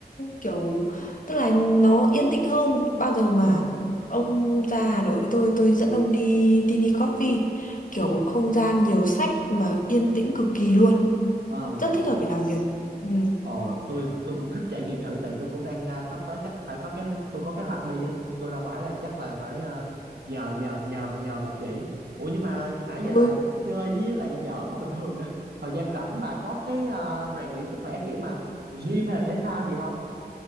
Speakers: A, on the left; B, on the right.
A: kiểu tức là nó yên tĩnh hơn bao giờ mà
B: ừ
A: ông ra Hà Nội với tôi tôi dẫn ông đi tini coffee kiểu không gian nhiều sách mà yên tĩnh cực kỳ luôn
B: ờ
A: rất thích hợp để làm việc ừ,
B: Ờ, tôi tôi cũng thích trải nghiệm thử tại tôi cũng đang à, sắp tới chắc phải có kế tôi có kế hoạch đi á. Tôi ra ngoài là chắc là phải ờ, nhờ nhờ nhờ bà nhờ bà chỉ. Ủa nhưng mà nãy giờ
A: ừ
B: là chơi với lại giỡn không bình thường à. Thời gian rảnh bà có cái à, rèn luyện sức khỏe kiểu mà gym hay là thể thao gì không?